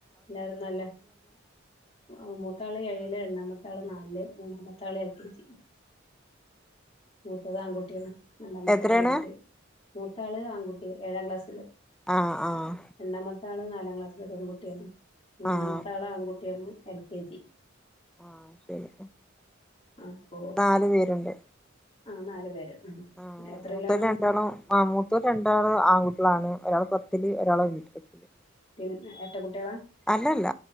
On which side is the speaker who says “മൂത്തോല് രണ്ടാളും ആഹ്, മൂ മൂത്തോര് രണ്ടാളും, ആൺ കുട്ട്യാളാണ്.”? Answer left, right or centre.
Centre